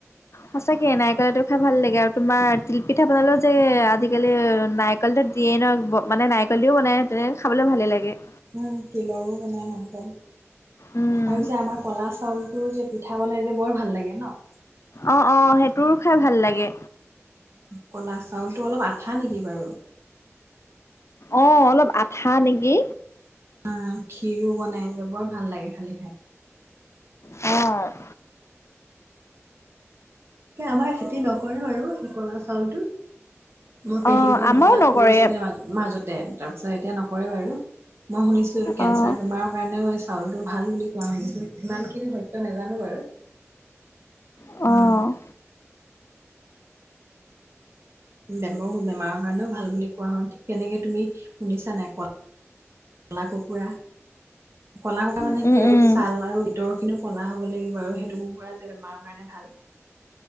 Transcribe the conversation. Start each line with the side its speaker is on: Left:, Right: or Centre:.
Left: সচাকে নাৰিকলটো খাই ভাল লাগে আৰু তোমাৰ তিলপিঠা বনালে যে আজিকালি নাৰিকল চিয়েন মানে নাৰিকল দিও বনায় তেনেৈ খাবলৈ ভালেই লাগে
Right: উম তিলৰো বনাই মন গল
Left: উম
Right: আৰু যে আমাৰ ক'লা চাউল তোৰ যে পিঠা বনাই যে বৰ ভাল লাগে ন
Left: অ অ সেইটোৰো খাই ভাল লাগে
Right: ক'লা চাউলটো অলপ আঠা নেকি বাৰু
Left: অ অলপ আঠা নেকি
Right: অ খ্ষীৰো বনাই যে বৰ ভাল লাগে খালী খাই
Left: অ
Right: আমাৰ খেতি নকৰে বাৰ সেই কলা চাউলটো মোৰ
Left: অ
Right: পেহী হ
Left: আমাৰো
Right: ঢলাত
Left: নকৰে
Right: কৰিছিলে মাজত মাজতে তাৰপিছত এতিয়া নকৰে বাৰু মই শুনিছো এইটো কেঞ্চাৰ
Left: অ
Right: বেমাৰৰ কাৰণেও চাউলটো ভাল বুলি কোৱা শুনিছো ইমানখিনি সত্য নাজানো বাৰু
Left: অ',
Right: অম <unintelligible> বেমৰ বেমাৰৰ কাৰণেও ভাল বুলি কোৱা হয় ঠিক তেনেকে তুমি শুনিছা নাই কোৱা কলা কুকুৰা কলা কুকুৰা
Left: উম,
Right: মানে কি আৰু
Left: উম,
Right: ছাল আৰু ভিতৰ খিনিও ক'লা হ'ব লাগিব আৰু সেইটো কুৰুৰা যে বেমাৰৰ কাৰণে ভাল